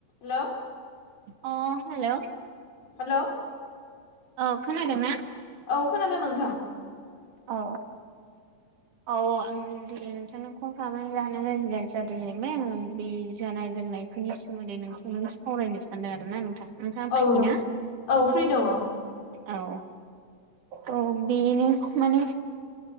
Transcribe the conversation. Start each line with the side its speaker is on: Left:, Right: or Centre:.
Left: हेल'
Right: अ hello
Left: hello.
Right: औ खोनादों ना?
Left: औ खोनादों नोंथां।
Right: औ। औ आं नोंथांनो कल खालामो जाहोना ज जादों जाहैबाय बे जानाय लोंनाय बेनि सोमोन्दै नोंस सावरायनो सानदों आरो ना नोंथां। नोंथाङा
Left: औ
Right: फ्रि
Left: न
Right: ना
Left: औ फ्रि दङ।
Right: औ औ बेनो माने